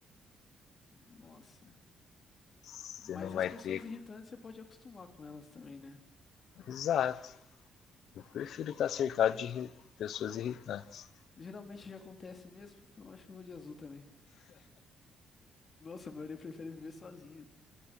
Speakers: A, on the left; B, on the left.
A: Nossa.
B: Você
A: Mas
B: não
A: as
B: vai
A: pessoas
B: ter.
A: irritantes você pode acostumar com elas também, né?
B: Exato. Eu prefiro estar cercado de pessoas irritantes.
A: Geralmente já acontece mesmo, então eu acho que eu vou de azul também. Nossa, a maioria prefere viver sozinho.